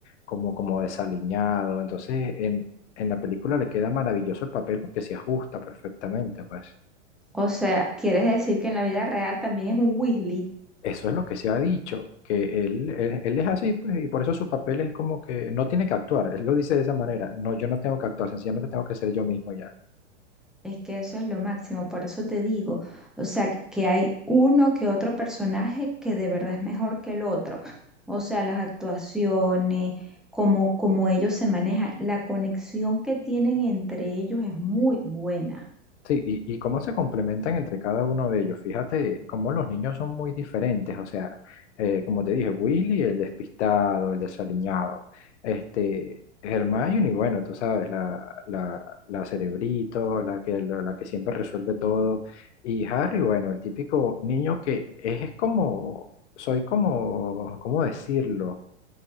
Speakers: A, on the left; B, in the centre.
A: como, como desaliñado. Entonces, en, en la película le queda maravilloso el papel porque se ajusta perfectamente, pues.
B: O sea, quieres decir que en la vida real también es un Weasley.
A: Eso es lo que se ha dicho, que él, él, él es así, pues, y por eso su papel es como que no tiene que actuar. Él lo dice de esa manera. No, yo no tengo que actuar, sencillamente tengo que ser yo mismo ya.
B: Es que eso es lo máximo, por eso te digo, o sea, que hay uno que otro personaje que de verdad es mejor que el otro. O sea, las actuaciones, cómo, cómo ellos se manejan, la conexión que tienen entre ellos es muy buena.
A: Sí, y, y cómo se complementan entre cada uno de ellos. Fíjate cómo los niños son muy diferentes. O sea, eh, como te dije, Willy, el despistado, el desaliñado. Este, Hermione, bueno, tú sabes, la, la, la cerebrito, la que, la, la que siempre resuelve todo. Y Harry, bueno, el típico niño que es es como, soy como, ¿cómo decirlo?